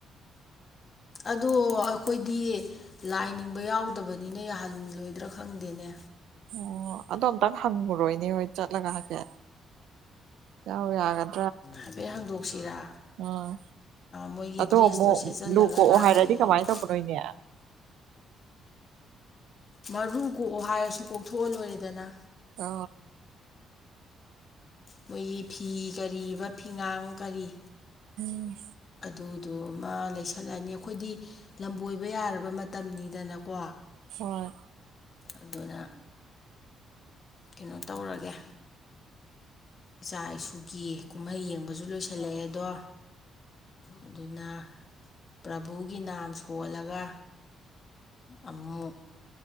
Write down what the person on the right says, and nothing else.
ꯑꯣ ꯑꯗꯣ ꯑꯝꯇꯪ ꯍꯪꯉꯨꯔꯣꯏꯅꯦ ꯍꯣꯏ ꯆꯠꯂꯒ ꯍꯥꯏꯀꯦꯠ ꯌꯥꯎ ꯌꯥꯒꯗ
ꯎꯝ
ꯑꯗꯣ
ꯑꯃꯨꯛ
ꯂꯨ ꯀꯣꯛꯑꯣ
ꯍꯥꯏꯔꯗꯤ ꯀꯃꯥꯏꯅ ꯇꯧꯕꯅꯣꯏꯅꯦ
ꯑ
ꯎꯝ
ꯍꯣꯏ